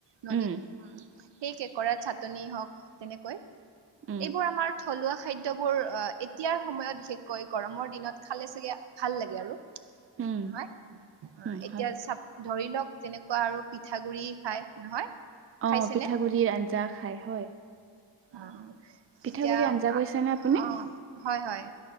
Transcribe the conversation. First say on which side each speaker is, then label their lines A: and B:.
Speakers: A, on the right; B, on the right.
A: নদীত
B: উম,
A: সেই কেকৰাৰ চাটনি হওঁক তেনেকৈ।
B: উম,
A: এইবোৰ আমাৰ থলুৱা খাদ্যবোৰ, এতিয়াৰ সময়ত বিশেষকৈ গৰমৰ দিনত খালে চাগে ভাল লাগে আৰু,
B: উম,
A: নহয়? অ'
B: উম,
A: এতিয়া
B: হয়।
A: চাপ ধৰি লওঁক তেনেকুৱা আৰু পিঠাগুৰি খাই, নহয়? খাইছেনে
B: অ', পিঠাগুৰিৰ আঞ্জা খায়, হয়।
A: অ।
B: পিঠাগুড়িৰ
A: এতিয়া
B: আঞ্জা কৈছেনে আপুনি?
A: অ', হয়, হয়।